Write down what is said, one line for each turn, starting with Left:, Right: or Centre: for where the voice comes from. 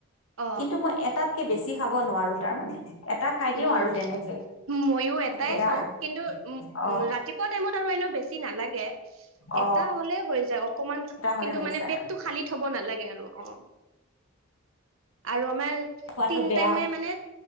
Right: অ
Left: কিন্তু মই এটাতকে বেছি খাব নোৱাৰোঁ তাৰমানে। এটা খাই
Right: উম,
Left: দিওঁ আৰু তেনেকে
Right: ময়ো এটাই
Left: সেয়া
Right: খাওঁ
Left: আৰু
Right: কিন্তু উ,
Left: অ
Right: উ, ৰাতিপুৱা টাইমত আৰু এ এনেও বেছি নালাগে,
Left: অ
Right: এটা হ'লে হৈ যায়। আন
Left: এটা হলে
Right: কিন্তু
Left: হৈ
Right: মানে
Left: যায়
Right: পেটটো খালি থ'ব নালাগে আৰু অ', আৰু আমাৰ
Left: খোৱাটো
Right: তিন
Left: বেয়া
Right: টাইমে মানে,